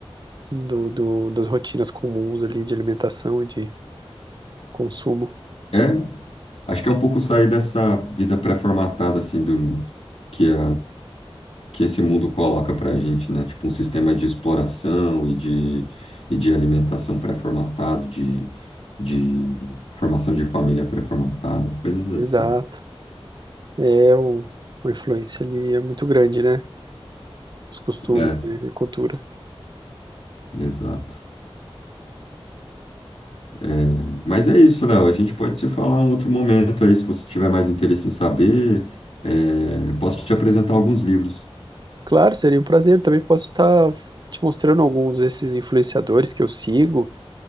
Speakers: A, on the right; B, on the left.
A: do, do- das rotinas comuns ali de alimentação e de consumo.
B: É, acho que é um pouco sair dessa vida pré-formatada, assim, do, que é que esse mundo coloca pra gente, né? Tipo, um sistema de exploração e de, e de alimentação pré-formatado, de, de formação de família pré-formatada, coisas assim.
A: Exato. É, o, a influência ali é muito grande, né? os costumes,
B: É,
A: né, e cultura.
B: exato. É, mas é isso, Léo. A gente pode se falar um outro momento aí, se você tiver mais interesse em saber. É, eu posso te apresentar alguns livros.
A: Claro, seria um prazer. Também posso estar te mostrando alguns desses influenciadores que eu sigo.